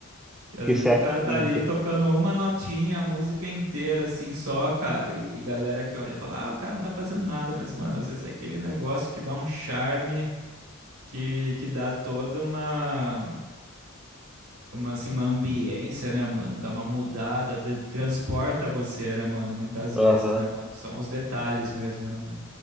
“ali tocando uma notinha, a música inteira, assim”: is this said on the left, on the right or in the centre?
Right